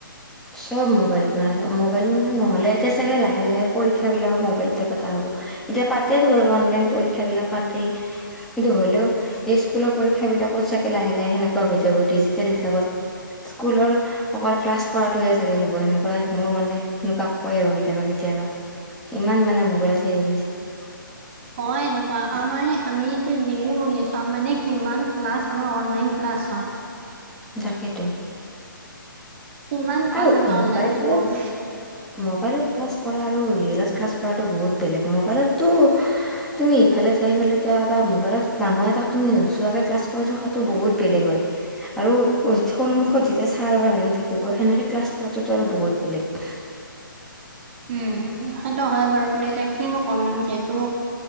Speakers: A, in the centre; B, on the right (about 35°).
A: চব মোবাইলত মানে মোবাইল মানে নহ'লে এতিয়া চাগে লাহে লাহে পৰীক্ষা বিলাকৰ মোবাইলতে পতা হ'ব। হ'ব এতিয়া তাতে দিব লাগিব অনলাইন পৰীক্ষা বিলাক পাতে কিন্তু হ'লেও এই স্কুলৰ পৰীক্ষা। সেইবিলাকৰ চাগে লাহে লাহে হেনেকুৱা হৈ যাব ডিজিটেল হিচাপে স্কুলৰ সকলো সকল ক্লাছ। কৰাটোয়ে চাগে হ'ব এনেকুৱাই মোৰ মানে সেনেকুৱা কয় আৰু কেতিয়াবা কেতিয়াবা। ইমান মানে মোবাইলত হেই হৈ গৈছে।
B: উ। হয় এনেকোৱা আমাৰে আমি ডিগ্ৰী পঢ়ি আছো মানে কিমান ক্লাছ আমাৰ অনলাইন ক্লাছ হয়।
A: তাকেতো।
B: কিমান ক্লাছ
A: আৰু
B: আমি
A: মোবাইলটোত
B: অনলাইনত কৰো।
A: মোবাইলত ক্লাছ কৰা আৰু ৰিয়েলট ক্লাছ কৰাটো বহুত বেলেগ মোবাইলতো তুমি ইফালে যোৱা সিফালে যোৱা বা মোবাইলত মানুহ এটাক তুমি নোচোৱাকে ক্লাছ কৰি থকাটো বহুত বেলেগ হয়। আৰু সন্মুখত যেতিয়া ছাৰ বা মেম থাকিব সেনেকে ক্লাছ কৰাটোতো আৰু বহুত বেলেগ।
B: উম সেইটো হয় বাৰু কিন্তু এতিয়া কিনো কম যিহেতু